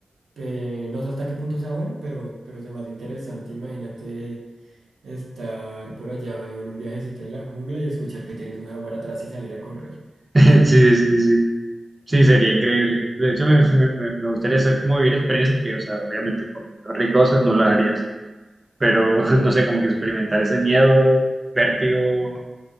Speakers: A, on the right; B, on the right.
A: Eh, no sé hasta qué punto sea bueno, pero, pero se me hace interesante. Imagínate estar por allá eh, en un viajecito en la jungla y escuchar que tienes un jaguar atrás y salir a correr.
B: <laughs>
A: <laughs>
B: Sí, sí, sí, sí. Sí, sería increíble. De hecho, me, me, me me gustaría hacer como vivir experiencias que, o sea, obviamente por riesgosas no las harías, pero <laughs> no sé, como que experimentar ese miedo, vértigo.